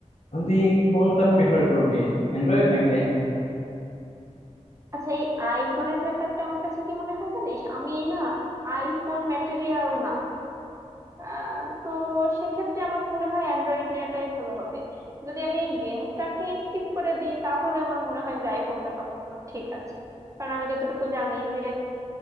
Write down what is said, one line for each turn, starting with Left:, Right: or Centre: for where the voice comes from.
Left: এখন তুই কোনটা প্রিফার করবি অ্যান্ড্রয়েড নাকি আইফোন
Right: আচ্ছা এই আইফোনের ব্যাপারটা আমার কাছে কি মনে হয় জানিস আমি না আইফোন ম্যাটেরিয়াল না আহ, তো সেক্ষেত্রে আমার মনে হয় অ্যান্ড্রয়েড নেওয়াটাই ভালো হবে যদি আমি এই গেমটাকে স্কিপ করে দিই তাহলে আমার মনে হয় যে আইফোনটা তখন ঠিক আছে কারণ আমি যতটুকু জানি যে